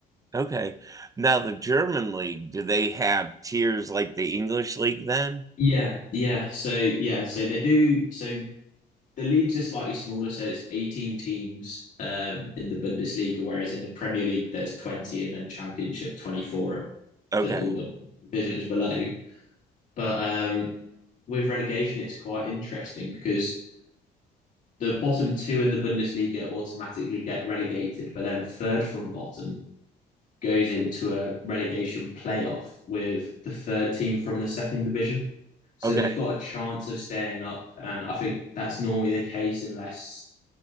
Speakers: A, on the right (about 20°); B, on the left (about 45°).
A: okay. Now, the German league, do they have tiers like the English league then?
B: Yeah, yeah. So yeah, so they do. So the leagues are slightly smaller, so it's 18 teams um, in the Bundesliga, whereas in the Premier League there's 20, and then Championship 24
A: Okay.
B: for all the divisions below. But um, with relegation, it's quite interesting because the bottom two in the Bundesliga automatically get relegated, but then third from bottom goes into a relegation playoff with the third team from the second division. So
A: Okay.
B: they've got a chance of staying up. And I think that's normally the case unless,